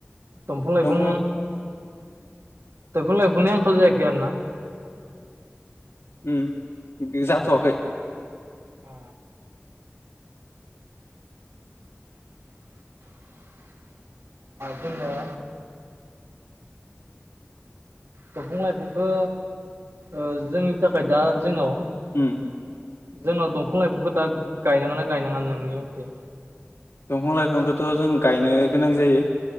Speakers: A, on the right; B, on the left.
A: दंफां लाइफां
B: दफां
A: दंफां लाइफांनि आंखाल जायाखै आरोना
B: उम जाथ'वाखै
A: अ जोङो दंफां लाइफांखौ ओ जोंनि थाखाय दा जोंनाव
B: उम
A: जोंनाव दंफां लाइफांखौ दा गायनांगोन ना गायनाङा नोंनि मथे
B: दंफां लाइफांखौथ' जों गायनो गोनां जायो